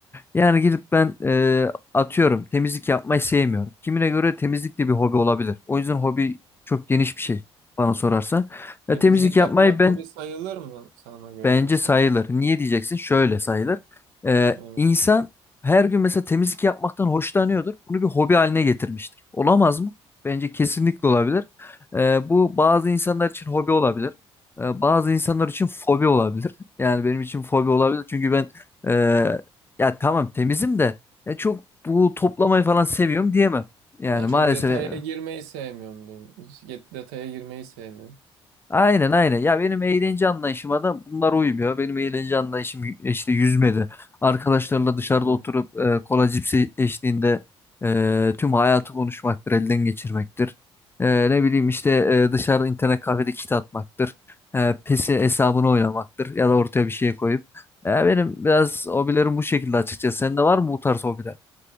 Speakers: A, on the left; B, on the right.
A: Yani gidip ben e, atıyorum temizlik yapmayı sevmiyorum. Kimine göre temizlik de bir hobi olabilir. O yüzden hobi çok geniş bir şey bana sorarsa.
B: Temizlik
A: Ya temizlik yapmayı
B: yapmak
A: ben
B: hobi sayılır mı sana göre
A: Bence
B: mesela
A: sayılır. Niye diyeceksin? Şöyle sayılır. Ee,
B: evet.
A: insan her gün mesela temizlik yapmaktan hoşlanıyordur. Bunu bir hobi haline getirmiştir. Olamaz mı? Bence kesinlikle olabilir. Ee, bu bazı insanlar için hobi olabilir. Ee, bazı insanlar için fobi olabilir. Yani benim için fobi olabilir. Çünkü ben e, ya tamam temizim de ya çok bu toplamayı falan seviyorum diyemem. Yani
B: Ya
A: maalesef
B: çok detaya girmeyi sevmiyorum diyeyim Hiç get- detaya girmeyi sevmiyorum
A: Aynen aynen. Ya benim eğlence anlayışıma da bunlar uymuyor. Benim eğlence anlayışım y- e, işte yüzmedi. Arkadaşlarla dışarıda
B: Hmm.
A: oturup e, kola cipsi eşliğinde e, tüm hayatı konuşmaktır, elden geçirmektir. E, ne bileyim işte e, dışarıda internet kafede kit atmaktır. E, PES'i hesabını oynamaktır ya da ortaya bir şey koyup. E, benim biraz hobilerim bu şekilde açıkçası. Sende var mı bu tarz hobiler?